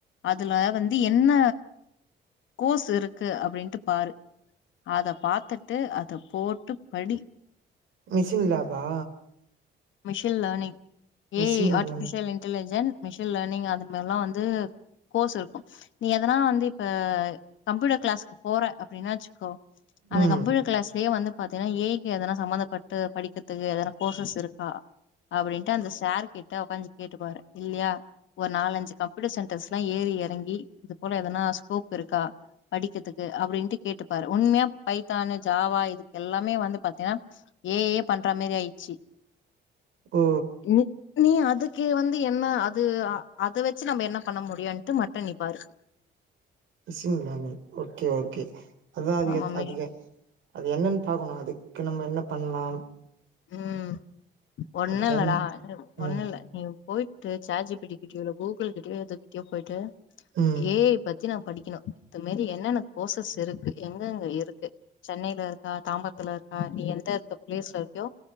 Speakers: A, on the left; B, on the right.
A: அதுல வந்து என்ன கோஸ் இருக்கு அப்டின்ட்டு பாரு அத பாத்துட்டு அத போட்டு படி
B: மிஷின் லாபா
A: machine learning
B: machine
A: A I artificial
B: learning
A: intelligence machine learning அது மாரிலா வந்து கோர்ஸ் இருக்கு நீ எதனா வந்து இப்ப கம்ப்யூட்டர் கிளாஸ்க்கு போற அப்டின்னா வச்சுக்கோ அந்த
B: ம்
A: கம்ப்யூட்டர் கிளாஸ்லயே வந்து பாத்தீனா ஏ ஐக்கு எதனா சம்மந்தபட்டு படிக்கிறதுக்கு எதா கோர்சஸ் இருக்கா அப்டின்ட்டு அந்த சாரு கிட்ட உக்காஞ்சு கேட்டு பாரு இல்லயா ஒரு நாலஞ்சு கம்யூட்டர் சென்டர்ஸ்லா ஏறி எறங்கி இது போல எதனா ஸ்கோப் இருக்கா படிக்கதுக்கு அப்படின்ட்டு கேட்டுப்பாரு உண்மையா பைத்தானு ஜாவா இதுக்கு எல்லாமே வந்து பாத்தீனா ஏ ஐயே பண்ற மாரி ஆயிச்சு
B: ஓ
A: இன்னிமே நீ அதுக்கு வந்து என்ன அது அத வச்சு நம்ம என்ன பண்ண முடியுன்ட்டு மட்டு நீ பாரு
B: மிஷின் லேர்னிங் ஓகே ஓகே அதா அதிகே
A: ஆமா மேஷ்
B: அதிகே அது என்னன் பாக்கணு அதுக்கு நம்ம என்ன பண்லா
A: ம் ஒண்ணு
B: அதுக்கு
A: இல்லடா
B: ம்
A: ஒண்ணு இல்ல நீ போய்ட்டு சாட் ஜிபிடி கிட்டயோ கூகுள் கிட்டயோ எது கிட்டயோ பொயிட்டு
B: ம்
A: ஏ ஐ பத் த்தி நா படிக்கணு இது மேரி என்னென்ன கோர்சஸ் இருக்கு எங்க எங்க இருக்கு சென்னைல இரு க்கா தாம்பரத்துல இருக்கா நீ எந்த இருக்க பிளேஸ்ல இரு க்கியோ